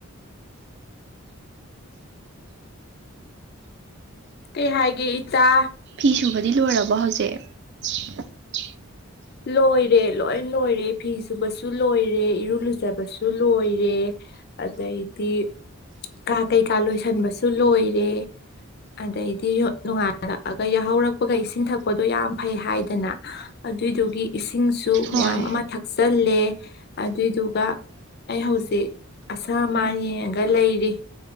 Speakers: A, on the left; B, on the right.
A: ꯀꯩ ꯍꯥꯏꯒꯦ ꯏꯆꯥ
B: ꯐꯤ ꯁꯨꯕꯗꯤ ꯂꯣꯏꯔꯕꯣ ꯍꯧꯖꯤꯛ
A: ꯂꯣꯏꯔꯦ ꯂꯣꯏ ꯂꯣꯏꯔꯦ ꯐꯤ ꯁꯨꯕꯁꯨ ꯂꯣꯏꯔꯦ ꯏꯔꯨ ꯂꯨꯖꯕꯁꯨ ꯂꯣꯏꯔꯦ ꯑꯗꯩꯗꯤ ꯀꯥ ꯀꯩꯀꯥ ꯂꯣꯏꯁꯤꯟꯕꯁꯨ ꯂꯣꯏꯔꯦ ꯑꯗꯩꯗꯤ ꯅꯣꯡꯉꯥꯜꯂꯛꯑꯒ ꯌꯥꯍꯧꯔꯛꯄꯒ ꯏꯁꯤꯡ ꯊꯛꯄꯗꯣ ꯌꯥꯝ ꯐꯩ ꯍꯥꯏꯗꯅ ꯑꯗꯨꯏꯗꯨꯒꯤ ꯏꯁꯤꯡꯁꯨ
B: ꯍꯣꯏ
A: ꯃꯌꯥꯝ ꯑꯃ ꯊꯛꯆꯜꯂꯦ ꯑꯗꯨꯏꯗꯨꯒ ꯑꯩ ꯍꯧꯖꯤꯛ ꯑꯁ ꯑꯃꯥꯟ ꯌꯦꯡꯉꯒ ꯂꯩꯔꯤ